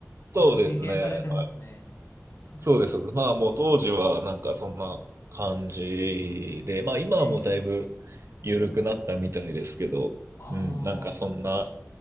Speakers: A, on the left (about 60°); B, on the right (about 60°).
A: こと経験されてますね。
B: そうですね。はい
A: すごい。
B: そうです、そうです。まあもう当時はなんかそんな感じで、まあ今はもうだいぶ
A: ええ、
B: 緩くなったみたいですけど、
A: ああ、
B: うん、なんかそんな、